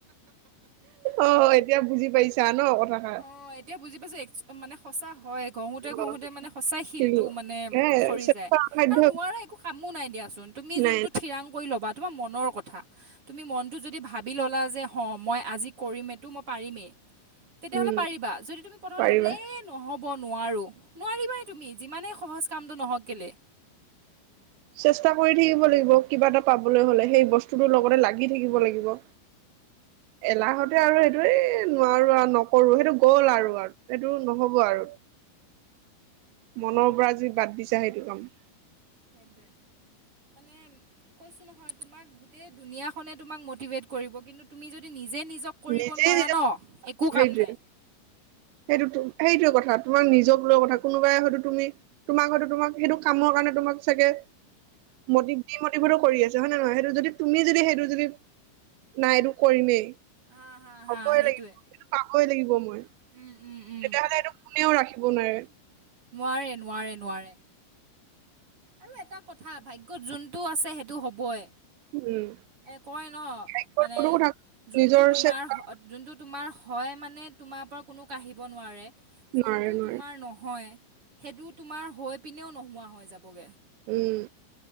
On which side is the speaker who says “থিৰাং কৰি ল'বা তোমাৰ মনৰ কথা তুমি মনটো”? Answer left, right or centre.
Right